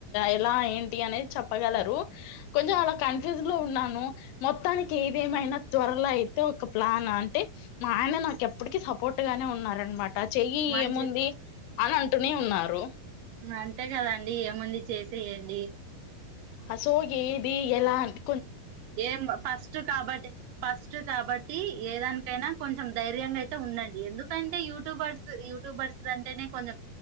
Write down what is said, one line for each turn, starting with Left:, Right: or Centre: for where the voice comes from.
Left: ఎలా ఏంటి అనేది చెప్పగలరు కొంచెం అలా కన్ఫ్యూజ్ లో ఉన్నాను. మొత్తానికి ఏదేమైనా త్వరలో అయితే ఒక ప్లాన్ అంటె. మా ఆయన నాకెప్పటికిీ సపోర్ట్ గానే ఉన్నారన్ మాట్ టా నా చెయ్యి
Right: మంచి
Left: ఏముంది అనంట్ ట్టుని ఉన్నారూ.
Right: ఊమ్ అంతే కదండి. ఏముంది చేసేయండి.
Left: ఆసో ఏది ఎలా అంట్
Right: ఏం ఫస్ట్ కాబట్టి, ఫస్ట్ కాబట్టి ఏ దానికైనా కొంచ్ ధర్యమే. తే ఉందాండి. ఎందుకంట్ టే యూట్యూబర్స్, యూట్యూబర్స్ అంటేనే కొంచెం.